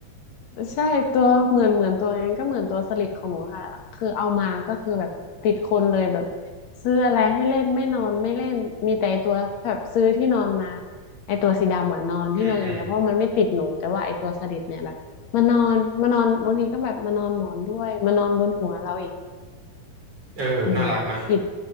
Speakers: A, on the left; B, on the right.
A: ใช่ตัวเหมือนเหมือนตัวนั้นก็เหมือนตัวสลิดของหนูค่ะคือเอามาก็คือแบบติดคนเลยแบบซื้ออะไรให้เล่นไม่นอนไม่เล่นมีแต่ไอ้ตัวแบบซื้อที่นอนมาไอตัวสีดำอ่ะนอนที่นอนอย่างเงี้ยเพราะมันไม่ติดหนูแต่ว่าไอตัวสลิดเนี่ยแบบมานอนมานอนบางทีก็แบบมานอนหมอนด้วยมานอนบนหัวเราอีก
B: อืมอืม เออน่ารักนะ
A: อือหือจิต